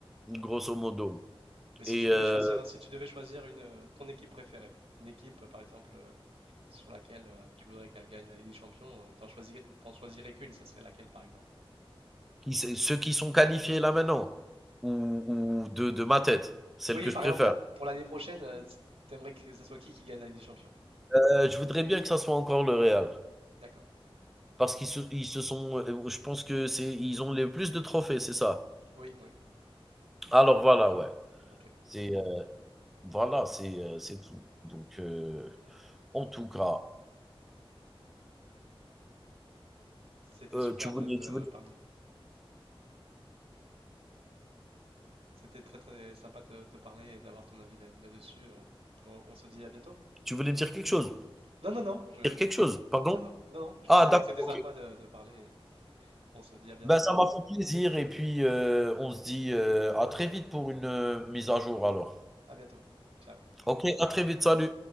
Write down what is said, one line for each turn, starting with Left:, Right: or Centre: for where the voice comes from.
Centre: grosso modo.
Right: Mais si
Centre: Et
Right: tu devais
Centre: heu,
Right: choisir, si tu devais choisir une, euh, ton équipe préférée, une équipe, euh, par exemple, euh, sur laquelle euh, tu voudrais qu'elle gagne la Ligue des Champions, euh, t'en choisis, t'en choisirais qu'une, ça serait laquelle par exemple?
Centre: qui c'est ceux qui sont qualifiés là maintenant ou ou de de ma tête, celle
Right: Oui,
Centre: que
Right: par
Centre: je préfère?
Right: exemple, la- pour l'année prochaine, euh, t'aimerais que ce soit qui qui gagne la Ligue des Champions?
Centre: Heu, je voudrais bien que ça soit encore le Real
Right: D'accord.
Centre: parce qu'ils se ils se sont, heu, je pense que c'est ils ont les plus de trophées, c'est ça?
Right: Oui, oui.
Centre: Alors voilà, ouais.
Right: Ok.
Centre: C'est, heu, voilà, c'est, heu, c'est tout. Donc heu, en tout cas,
Right: C'était
Centre: heu,
Right: super
Centre: tu voulais
Right: de te
Centre: tu voulais
Right: parler. C'était très très sympa de te, parler et d'avoir ton avis là- là-dessus. euh. On, on se dit à bientôt?
Centre: tu voulais me dire quelque chose?
Right: Non, non, non, je...
Centre: Dire quelque chose? Pardon?
Right: Non, non, non, non, je disais
Centre: Ah d'accord,
Right: que c'était
Centre: OK.
Right: sympa de, de parler. et On se dit à bientôt.
Centre: Ben, ça m'a fait plaisir et puis, heu, on se dit, heu, à très vite pour une, heu, mise à jour alors.
Right: À bientôt. Ciao.
Centre: OK, à très vite, salut.